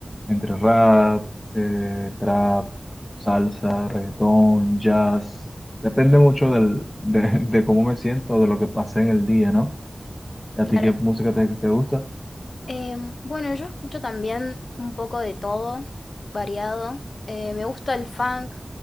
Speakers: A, on the left (about 30°); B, on the left (about 85°).
A: entre rap, eh, trap, salsa, reggaetón, jazz. Depende mucho del, de, <laughs> de cómo me siento, de lo que pase en el día, ¿no? ¿Y ¿A
B: Claro.
A: ti qué música te, te gusta?
B: Em, bueno, yo escucho también un poco de todo, variado. Eh, me gusta el funk.